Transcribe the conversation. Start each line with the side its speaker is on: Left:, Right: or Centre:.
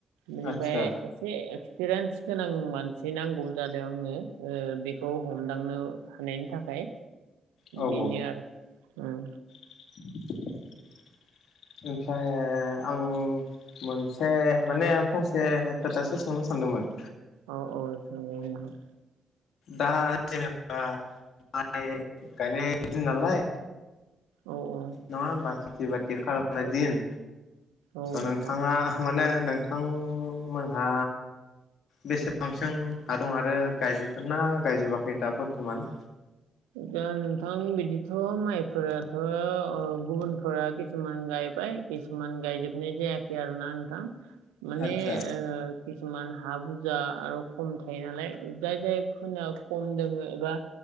Right: बिनिफ्राय
Left: आदसा
Right: एसे एक्स पेरेन्स गोनां मानसि नांगौ जादों आंनो ओ बेखौ हमदांनो हानायनि थाखाय।
Left: औ
Right: बेनो
Left: औ
Right: आरो। ओम
Left: <inaudible> ओमफ्राय आं मोनसे माने फंसे खोथासो सोंनो सानदों मोन।
Right: औ औ सोंजागोन नोंथां।
Left: दा जेनेबा माइ गायनाय दिन नालाय
Right: औ औ
Left: नङा होमबा खिथि बा थि खालामनाय
Right: औ
Left: दिन
Right: औ नोंथां
Left: नोंथाङा माने नोंथांमोनहा बेसेबांसिम हा दं आरो गायजोबगोन ना गायजोबाखै दा बर्थमान?
Right: दा नोंथां बिदिथ' माइफोराथ' ओ गुबुनफोरा किसुमान गाय बाय किसुमान गायजोबनाय जायाखै आरोना नोथां। माने
Left: आदसा
Right: ओ कि सुमान हा बुरजा आरो खम थायो नालाय जाय जायफोरना खम दों एबा